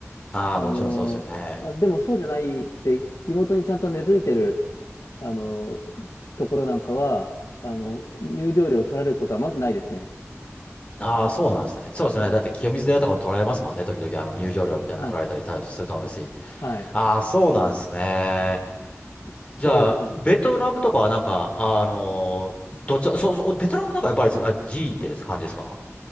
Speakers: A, on the left (about 25°); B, on the left (about 80°).
A: ああ、
B: あの、
A: もちろんそうですよね。
B: あ、でもそうじゃないくて、地元にちゃんと根付いてる、あの、ところなんかは、あの、入場料取られることはまずないですね。
A: ああ、そうなんですね。そうですよね。
B: はい。
A: だって清水寺とかも取られますもんね。時々あの入場料みたいなの取られたりすると思うし。
B: あ、はい。
A: ああ、そうなんですね。
B: そうですね。
A: じゃあ、ベトナムとかはなんか、あのーどっち、そう、
B: はい
A: そう、ベトナムなんかやっぱりあ、寺院ってです感じですか